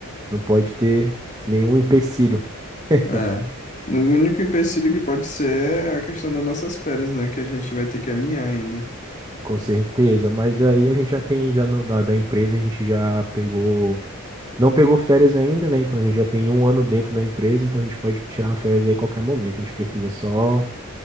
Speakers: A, on the right; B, on the left.
A: Não pode ter nenhum empecilho. <laughs>
B: É. O único empecilho que pode ser é a questão das nossas férias, né? Que a gente vai ter que alinhar ainda.
A: Com certeza, mas aí a gente já tem, já no, da, da empresa, a gente já pegou Não pegou férias ainda, né? Então a gente já tem um ano dentro da empresa, então a gente pode tirar uma férias aí a qualquer momento. A gente precisa só,